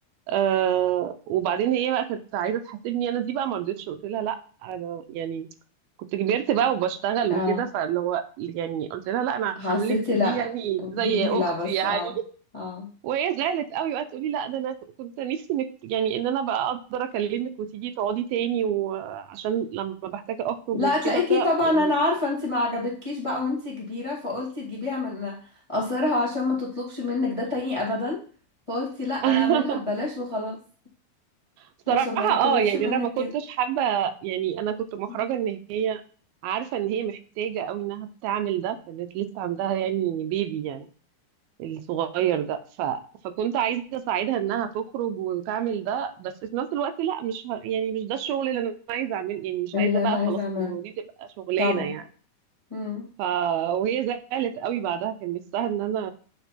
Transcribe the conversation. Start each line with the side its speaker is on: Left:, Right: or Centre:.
Right: آه وبعدين هي بقى كانت عايزه تحاسبني انا دي بقى ما رضيتش قلت لها لا انا يعني كنت كبرت بقى وبشتغل
Left: اه
Right: وكده فاللي هو يعني قلت لها لا انا
Left: حسيتي
Right: هعمل لك دي
Left: لا
Right: يعني
Left: جميلة
Right: زي اختي
Left: بس
Right: يعني
Left: اه اه
Right: وهي زعلت قوي وقعدت تقولي لا ده انا ك- كنت نفسي انك يعني ان انا بقى اقدر اكلمك وتيجي تقعدي تاني وعشان لما بحتاج اخرج
Left: لا
Right: وكده
Left: تلاقيكي
Right: قلت لها
Left: طبعا
Right: يعني
Left: انا عارفة انت ما عجبتكيش بقى وانت كبيرة فقلتي تجيبيها من قصرها عشان ما تطلبش منك ده تاني ابدا فقلتي لا انا
Right: <laughs>
Left: اعملها ببلاش وخلاص
Right: بصراحة
Left: عشان ما
Right: اه
Left: يطلبش
Right: يعني
Left: منك
Right: انا ما كنتش
Left: كده
Right: حابة يعني انا كنت محرجة
Left: مم.
Right: ان هي عارفة ان هي محتاجة قوي انها تعمل ده كانت لسه عندها يعني بيبي يعني الصغير ده ف... فكنت عايزة أساعدها إنها تخرج وتعمل ده بس في نفس الوقت لا مش ه... يعني مش ده الشغل اللي أنا عايزة أعمله يعني مش
Left: اللي
Right: عايزة بقى
Left: انا عايزة
Right: خلاص
Left: اعمله
Right: إنه دي تبقى شغلانة
Left: طبعا
Right: يعني
Left: مم.
Right: ف... وهي زعلت قوي بعدها كان نفسها إن أنا